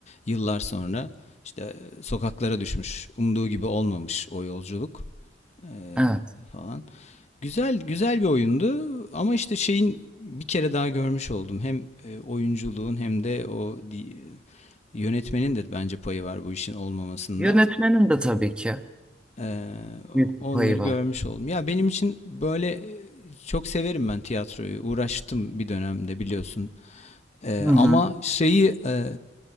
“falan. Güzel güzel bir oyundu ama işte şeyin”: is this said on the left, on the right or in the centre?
Left